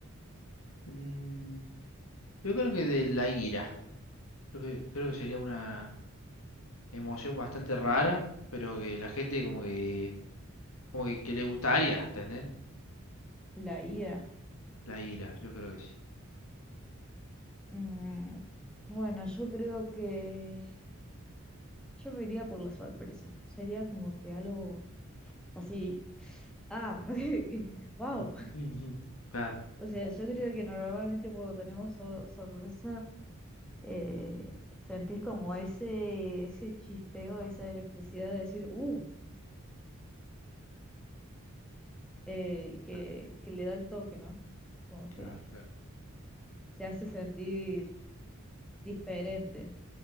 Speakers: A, on the left (about 80°); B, in the centre.
A: mm, yo creo que de la ira. Creo que, creo que sería una emoción bastante rara, pero que la gente como que como que, que le gustaría, ¿entendés?
B: La IA.
A: La ira, yo creo que sí.
B: mm, bueno, yo creo que yo me iría por la sorpresa. Sería como que algo así. Ah, <laughs> que, wow.
A: Mm, <laughs> mm, mm. Claro,
B: O sea, yo creo que normalmente cuando tenemos so- sorpresa, eh, sentís como ese, ese chispeo, esa electricidad de decir, uh, eh, que,
A: claro,
B: que le da el toque, ¿no? Como
A: Claro,
B: que
A: claro.
B: se hace sentir diferente.